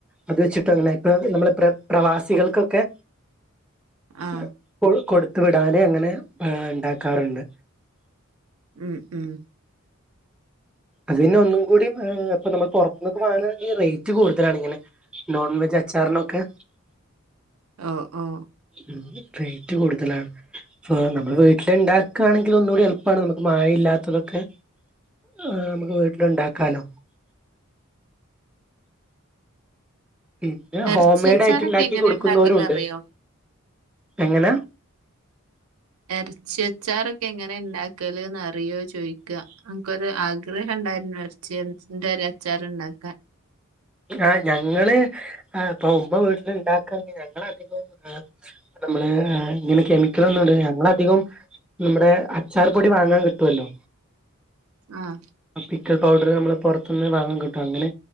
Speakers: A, in the centre; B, on the right.
A: അത് വെച്ചിട്ട് അങ്ങനെ ഇപ്പ നമ്മള് പ്ര പ്രവാസികൾക്കൊക്കെ
B: ആ
A: ഇപ്പോൾ കൊടുത്ത് വിടാന് അങ്ങനെ പ ഇണ്ടാക്കാറുണ്ട്
B: ഉം ഉം
A: അതിനൊന്നും കൂടി അ ഇപ്പ നമ്മള് പൊറത്ത്ന്നൊക്ക വാങ്ങാണെങ്കി റേറ്റ് കൂട്തലാണ് ഇങ്ങനെ നോൺ വെജ്ജ് അച്ചാറ്നൊക്കെ
B: ആഹ് ആഹ്
A: ഉം റേറ്റ് കൂട്തലാണ് ഫാ നമ്മള് വീട്ടില്ണ്ടാക്കാണെങ്കിൽ ഒന്നുകൂടി എളുപ്പാണ് നമുക്ക് മഴയില്ലാത്തതൊക്കെ ആഹ് മ്മക്ക് വീട്ടില്ണ്ടാക്കാലോ പിന്നെ
B: ഇറച്ചി
A: ഹോം മെയ്ഡായിട്ട്
B: അച്ചാറൊക്കെ
A: ഉണ്ടാക്കി
B: എങ്ങനെ
A: കൊടുക്കുന്നോരുണ്ട്
B: ഉണ്ടാക്കല് അറിയോ
A: എങ്ങനാ
B: എറച്ചിയച്ചാറൊക്കെ എങ്ങനെ ഇണ്ടാക്കല്ന്നറിയോ ചോയിക്ക അന്ക്കൊരു ആഗ്രഹണ്ടായിരുന്നു ഇറച്ചി <unintelligible> ന്റെ ഒരച്ചാറ്ണ്ടാക്കാൻ
A: ആഹ് ഞങ്ങള് എ ഇപ്പൊ ഉമ്മ വീട്ടില് ഇണ്ടാക്കണെങ്കി ഞങ്ങളധികം എ നമ്മള് ആഹ് ഇങ്ങനെ കെമി ഇതൊന്നുടുലാ ഞങ്ങളധികവും നമ്മുടെ അച്ചാർ പൊടി വാങ്ങാൻ കിട്ടുവല്ലോ
B: ആഹ്
A: ആ പിക്കൾ പൗഡർ നമ്മള് പോറത്ത്ന്ന് വാങ്ങാൻ കിട്ടും അങ്ങനെ